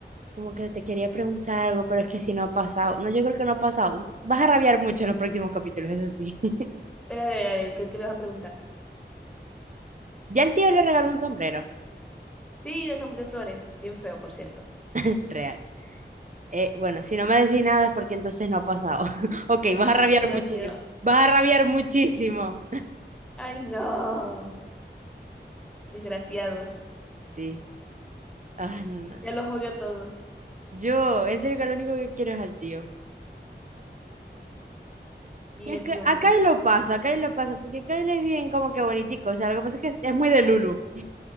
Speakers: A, on the right; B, in the centre.
A: Como que te quería preguntar algo, pero es que si no ha pasado. No, yo creo que no ha pasado. Vas a rabiar mucho en los próximos capítulos, eso sí. <laughs>
B: Pero a ver, a ver, ¿qué, qué me vas a preguntar?
A: Ya el tío le regaló un sombrero.
B: Sí, de, som- de flores. Bien feo, por cierto.
A: <laughs> Real. Eh, bueno, si no me decís nada es porque entonces no ha pasado. <laughs> Ok, vas a rabiar
B: Ay, Dios
A: muchísimo.
B: mío.
A: Vas a rabiar muchísimo.
B: Ay, no. Desgraciados.
A: Sí. Ah, no, no, no.
B: Ya los odio a todos.
A: Yo, en serio que lo único que quiero es al tío.
B: Ay, no. Vive
A: Y acá,
B: el tío
A: acá
B: Bill.
A: y lo paso, acá y lo paso, porque acá él es bien como que bonitico. O sea, lo que pasa es que es, es muy de Lulu.